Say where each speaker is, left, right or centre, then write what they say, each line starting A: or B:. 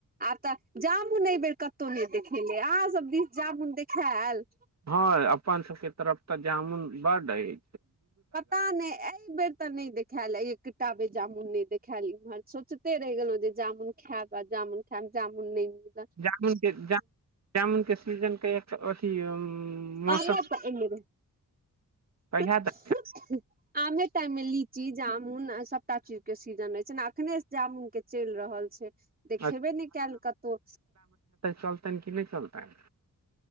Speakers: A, on the right; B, on the right.
A: आ तऽ जामुन एहि बेेर कतहु नहि देखेले अहाँ सब दिस जामुन देखेल
B: हँ अपन सबके तरफ तऽ जामुन बड्ड अय
A: पता नहि एहि बेर तऽ नहि देख खयलै एक टाबे जामुन नहि देखेल इम्हर सोचते रहि गेलहु जे जामुन खैब आ जामुन खैब जामुन नहि मिल
B: जामुनके जामु जामुनके सीजनके एक अथी मौसम
A: आमो
B: कहिया
A: <unintelligible>
B: तक
A: आमेे टाइम मे लीची जामुन आ सबटा चीज के सीजन रहय छै ने अखने जामुन के चलि रहल छै
B: <inaudible>
A: देखेबे नहि कयल कतहु
B: चलतनि कि नहि चलतनि